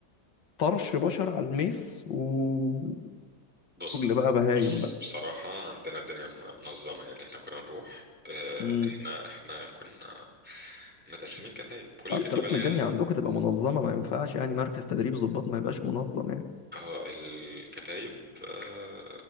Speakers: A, on the left; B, in the centre.
A: طرش بشر على الميس وشغل
B: بص
A: بقى بهايم
B: بص
A: بقى
B: بصراحة عندنا الدنيا م- منظمة يعني احنا كنا نروح آه،
A: امم
B: احنا احنا كنا متقسمين كتايب كل
A: آه،
B: كتيبة
A: انتوا لازم
B: ليها
A: الدنيا
B: ال-
A: عندكم تبقى منظمه ما ينفعش يعني مركز تدريب ضباط ما يبقاش منظم يعني
B: اه الكتايب آه،